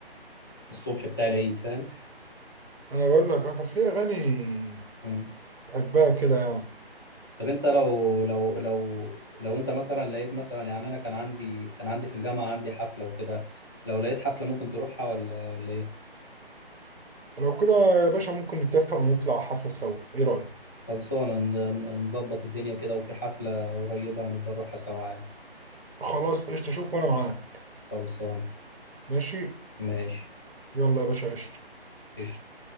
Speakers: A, on the left; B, on the right.
A: الصبح بتاع العيد فاهم
B: انا بقول لك آه، كانت في اغاني
A: مم.
B: بحبها كده يعني
A: طب انت لو لو لو لو انت مثلا لقيت مثلا يعني انا كان عندي كان عندي في الجامعة عندي حفلة وكده لو لقيت حفلة ممكن تروحها ولا ولا ايه
B: لو كده يا باشا ممكن نتفق ونطلع حفله سوا ايه رايك
A: خلصانة ن- ن- نظبط الدنيا كده وفي حفلة قريبة هنبقى نروحها سوا عادي
B: خلاص قشطه شوف وانا معاك
A: خلصان
B: ماشي
A: ماشي
B: يلا يا باشا قشطه
A: قشطة